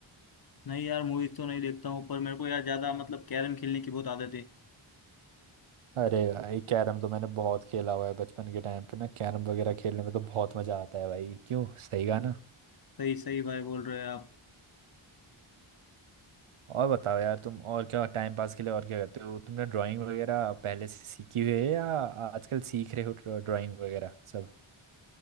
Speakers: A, on the left (about 45°); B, on the right (about 80°).
A: नहीं यार मूवीज तो नहीं देखता हूँ पर मेरे को यार ज्यादा मतलब कैरम खेलने की बहुत आदत है
B: अरे भाई कैरम तो मैंने बहुत खेला हुआ है बचपन के टाइम पे ना कैरम वगैरह खेलने में तो बहुत मजा आता है भाई क्यों सही कहा ना
A: सही सही भाई बोल रहे हैं आप
B: और बताओ यार तुम और क्या टाइम पास के लिए और क्या करते हो तुमने ड्राइंग वगैरह पहले से सीखी हुई है या आजकल सीख रहे हो ड्राइंग वगैरह सब